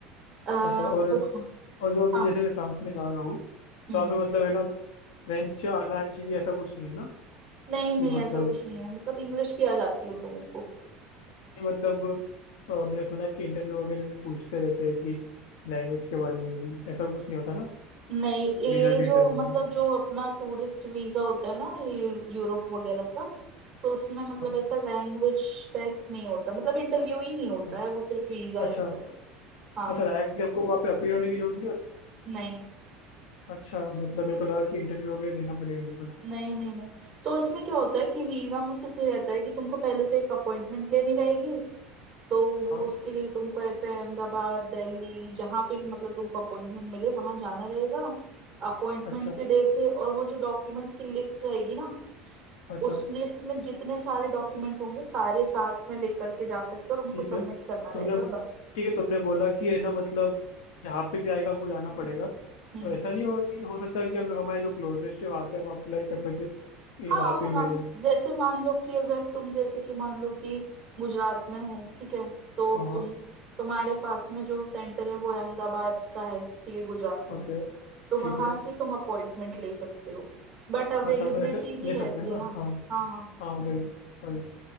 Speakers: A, on the right (about 20°); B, on the left (about 85°).
A: अ,
B: अच्छा और
A: तो हाँ
B: और जो मैं
A: हाँ
B: जैसे मैं फ्रांस में जा रहा हूँ
A: हम्म
B: तो आप मतलब है ना फ्रेंच आना चाहिए ऐसा कुछ नहीं है ना
A: नहीं
B: कि
A: नहीं
B: मतलब
A: ऐसा कुछ नहीं है मतलब इंग्लिश भी आ जाती है उन लोगों को
B: नहीं मतलब अ, मैंने सुना है कि इंटरव्यू वगैरह में पूछते रहते हैं कि लैंग्वेज के बारे में भी ऐसा कुछ नहीं होता ना
A: नहीं ये
B: वीज़ा के
A: जो
B: इंटरव्यू
A: मतलब
B: में
A: जो अपना टूरिस्ट वीजा होता है ना ये यूरोप वगैरह का तो उसमें मतलब
B: हाँ
A: ऐसा लैंग्वेज टेस्ट नहीं होता मतलब इंटरव्यू ही नहीं होता
B: अच्छा
A: है वो सिर्फ वीजा रहता
B: अच्छा
A: है हाँ
B: अच्छा डायरेक्टली हमको वहाँ पे अपीयर होने की जरूरत नहीं होती
A: नहीं
B: अच्छा मतलब मेरे को लगा कि इंटरव्यू वगैरह देना पड़ेगा मेरे को लगा
A: नहीं नहीं नहीं तो इसमें क्या होता है कि वीजा में सिर्फ ये रहता है कि तुमको पहले तो एक अपॉइंटमेंट लेनी रहेगी तो वो
B: हाँ
A: उसके लिए तुमको ऐसे अहमदाबाद दिल्ली जहां पे भी मतलब तुमको अपॉइंटमेंट मिले वहां जाना रहेगा अपॉइंटमेंट
B: अच्छा
A: के डे पे और वो जो डॉक्यूमेंट की लिस्ट रहेगी ना
B: अच्छा
A: उस लिस्ट में जितने सारे डॉक्यूमेंट्स होंगे सारे साथ में लेकर के जा करके और उनको
B: ठीक
A: सबमिट
B: है
A: करना
B: तुमने
A: रहेगा बस
B: ठीक है तुमने बोला कि है ना मतलब जहाँ पे भी आएगा हमको जाना पड़ेगा
A: हम्म
B: तो ऐसा नहीं होगा कि हो सकता है कि हम लोग हमारे जो क्लोजेस्ट है वहाँ पे हम अप्लाई कर सके ये
A: हाँ
B: वहाँ पे
A: वहाँ
B: ही मिले
A: तो- जैसे मान लो कि अगर तुम जैसे कि मान लो कि गुजरात में हो ठीक है तो
B: हाँ हाँ
A: तुम तुम्हारे पास में जो सेंटर है वो अहमदाबाद का है ठीक है गुजरात में
B: ओके
A: तो वहाँ
B: ठीक है
A: की तुम अपॉइंटमेंट ले सकते हो बट अवेलेबिलिटी
B: हाँ, अच्छा हम लोग ऐसे
A: भी
B: ले सकते
A: रहती
B: हैं ना
A: है ना
B: हाँ
A: हाँ हाँ
B: हाँ वही वही